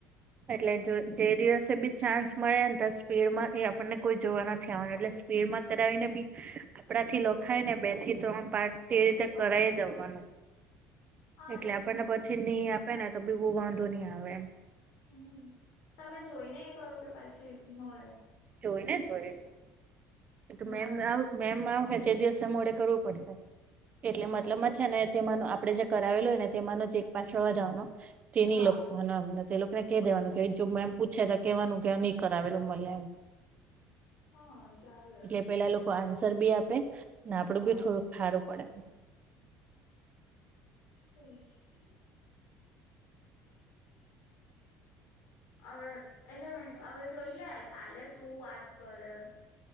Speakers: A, on the right; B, on the left.
A: એટલે જો જે દિવસે બી ચાન્સ મળે ને તો સ્પીડ માં એ આપણને કોઈ જોવા નથી આવનું એટલે સ્પીડ માં કરાવીને બી આપડા થી લખાય
B: હા
A: ને બે થી ત્રણ પાઠ એ રીતે
B: હા
A: કરાઈ જવાનું
B: હા
A: એટલે
B: એજ
A: આપણને
B: વિચાર
A: પછી નહી આપે ને તો બી બહુ વાંધો નહી આવે એમ
B: હમ -તમે જોઈને એ કરો કે પછી મોરે
A: જોઈને- વડી- તો
B: બરાબર
A: મેમ ને આવું મેમ આવુ હ જે દિવસે મોડે કરવું પડશે એટલે મતલબ
B: અચ્છ
A: મ છે ને તેમાનું આપણે જે કરાવેલું હોય ને તેમાંનો એક પાછવા જવાનો તે ની
B: હા
A: લખવાનો એમ ને તો એ લોકોને કહી દેવાનું કે જો મે એમ પૂછે તો કે હેવાનું કે નહીં કરાવેલ મેમ એમ
B: હા ચાલે
A: એટલે પેલા લોકો આન્સર બી આપે ને આપડું
B: હા
A: બી થોડું હારું પડે
B: થઈ છે <inaudible> હવે અ એટલે હવે જોઈએ કાલે શું વાત કરે એ